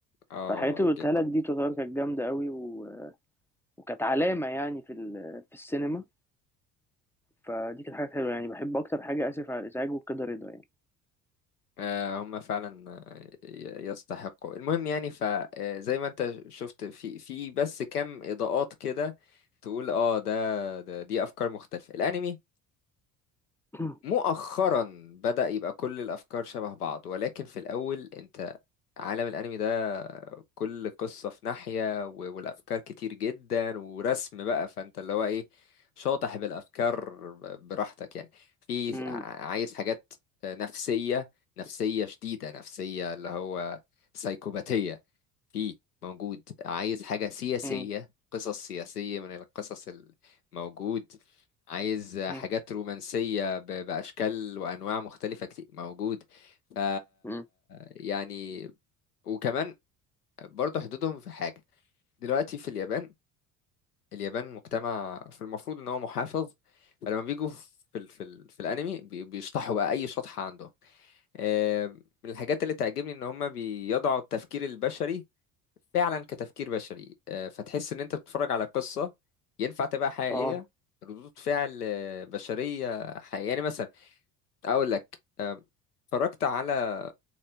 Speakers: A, on the left; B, in the centre.
A: اه
B: فالحاجات اللي قلتها
A: جدا
B: لك دي تعتبر كانت جامده قوي و... وكانت علامه يعني في ال... في السينما فدي كانت حاجه حلوه يعني بحب اكتر حاجه اسف على الازعاج وكده رضا يعني
A: آه، هم فعلا آه، ي- يستحقوا المهم يعني فزي ما انت شفت في في بس كام اضاءات كده تقول اه ده, ده دي افكار مختلفة الانمي
B: مم.
A: مؤخرا بدأ يبقى كل الافكار شبه بعض ولكن في الاول انت عالم الانمي ده كل قصة في ناحية و- والافكار كتير جدا ورسم بقى فانت اللي هو ايه شاطح بالافكار ب- براحتك يعني في
B: امم
A: ع- عايز حاجات نفسية نفسية شديدة نفسية اللي هو سايكوباتية في موجود عايز حاجة سياسية
B: امم
A: قصص سياسية من القصص الموجود عايز حاجات
B: امم
A: رومانسية ب- بأشكال وأنواع مختلفة كتير موجود ف
B: امم
A: يعني وكمان برضه حدودهم في حاجة دلوقتي في اليابان اليابان مجتمع في المفروض ان هو محافظ فلما بيجوا في ال في ال في الانمي بي- بيشطحوا بقى اي شطحة عندهم آه، من الحاجات اللي تعجبني ان هم بيضعوا التفكير البشري فعلا كتفكير بشري آه، فتحس ان انت بتتفرج على قصة ينفع تبقى حقيقية
B: اه
A: ردود فعل آه، بشرية حقيقية يعني مثلا اقول لك آه، اتفرجت على